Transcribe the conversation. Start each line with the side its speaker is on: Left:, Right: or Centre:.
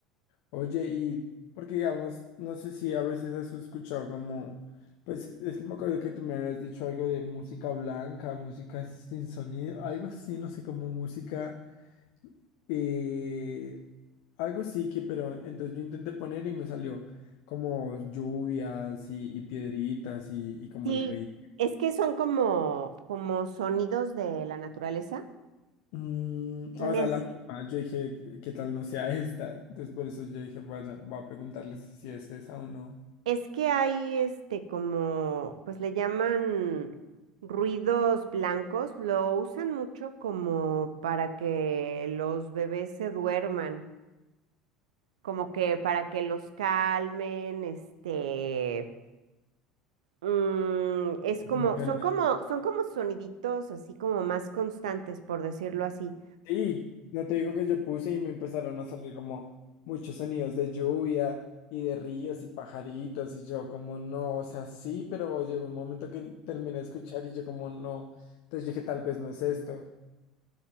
Left: Oye, y porque digamos, no sé si a veces has escuchado como, pues es que me acuerdo que tú me habías dicho algo de música blanca, música sin sonido, algo así, no sé, como música, eh, algo sí que, pero entonces yo intenté poner y me salió como lluvias y, y piedritas y, y como
Right: Sí,
Left: el río.
Right: es que son como, como sonidos de la naturaleza.
Left: Mm,
Right: Me
Left: o sea, la
Right: s-
Left: misma, yo dije, ¿qué qué tal no sea esta? Entonces por eso yo dije, vaya, voy a preguntarle si, si es esa o no.
Right: es que hay este como, pues le llaman ruidos blancos, lo usan mucho como para que los bebés se duerman, como que para que los calmen, este, mm, es como,
Left: Funciona.
Right: son como, son como soniditos así como más constantes, por decirlo así.
Left: Sí, no te digo que yo puse y me empezaron a salir como muchos sonidos de lluvia y de ríos y pajaritos y yo como no, o sea, sí, pero llegó un momento que terminé de escuchar y yo como no, entonces dije tal vez no es esto.